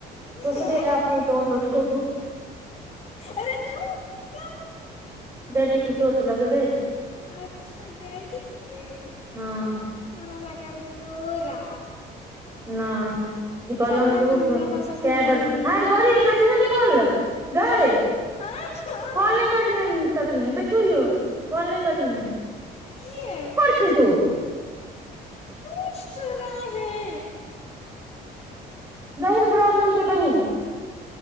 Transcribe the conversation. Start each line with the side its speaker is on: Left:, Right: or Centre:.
Right: दोसरे
Left: ह
Right: ऐप डाउनलोड क क
Left: अरे चुप क्या
Right: डायडी के चोट लगले
Left: अच्छा डाइडी के हमरा
Right: हँ
Left: लागल तोरा
Right: नहि ई पलग
Left: चल राख
Right: बहुत
Left: हमरा
Right: बेर
Left: पास अखन
Right: कैए
Left: टाइम
Right: बेर
Left: नहि य
Right: तु है निकल गए
Left: ठीक हँ हँ
Right: आनलाइ करिहैन कटिहै देखियौ यौ कोल नहि कटिन हन
Left: कियै
Right: छी तु
Left: कुछ तो रहैं
Right: दाहि ने प्राञ्जल के दहिन